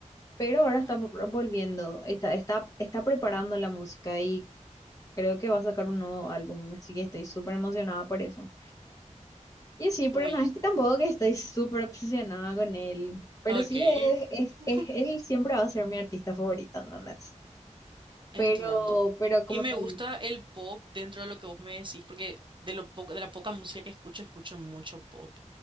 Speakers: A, on the left; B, on the right.
A: pero ahora está
B: Mm.
A: vo- volviendo, está, está, está preparando la música y creo que va a sacar un nuevo álbum, así que estoy súper emocionada por eso. Y sí, pero
B: Uy,
A: no, es que tampoco que estoy súper obsesionada con él, pero
B: ok.
A: sí, es, es,
B: <laughs>
A: es- él siempre va a ser mi artista favorito, ¿entendés?
B: Entiendo.
A: Pero, pero como
B: Y me
A: te
B: gusta
A: digo,
B: el pop dentro de lo que vos me decís, porque de lo poco, de la poca música que escucho, escucho mucho pop.